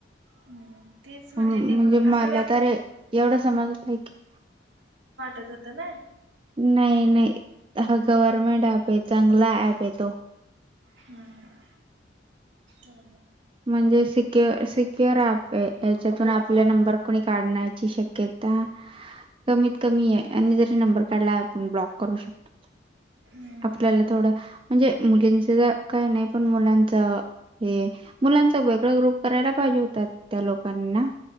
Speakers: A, on the right; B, on the right.
A: हम्म तेच
B: हम्म
A: एक
B: म्हणजे मला
A: असं वे
B: तरे एवढं समजतंय की
A: यात होत ना
B: नाही नाही हा गव्हर्मेंट ऍप आहे चांगला ऍप आहे तो
A: हम चाले
B: म्हणजे सिक्यु सिक्युर हच्यातून आपला नंबर कोणी काढण्याची शक्य त कमीत कमी आहे आणि जरी नंबर कार्डला आपण ब्लॉक करू शकतो
A: हम्म.
B: आपल्याला थोडं म्हणजे मुलींच काही नाही पण मुलांच हे मुलांच वेगळं ग्रुप करायला पाहिजे होतात त्या लोकांना